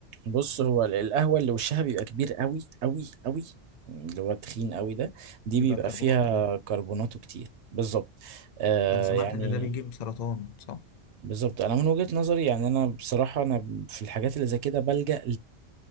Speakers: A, on the right (about 75°); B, on the left (about 55°).
A: بص هو ال- القهوه اللي وشها بيبقى كبير قوي قوي قوي اللي هو التخين قوي ده دي
B: بيبقى
A: بيبقى
B: كربونات
A: فيها
B: ده
A: كربوناته كتير بالظبط آه
B: ده انا سمعت
A: يعني
B: ان ده بيجيب سرطان صح
A: بالظبط انا من وجهه نظري يعني انا بصراحه انا في الحاجات اللي زي كده بلجأ